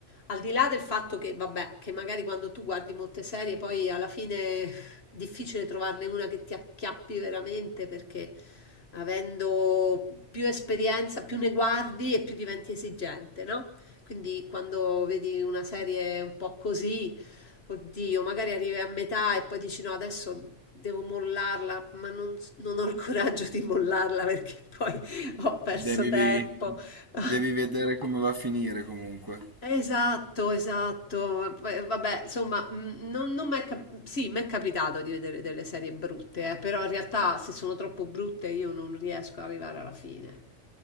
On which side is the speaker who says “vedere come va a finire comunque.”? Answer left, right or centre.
Right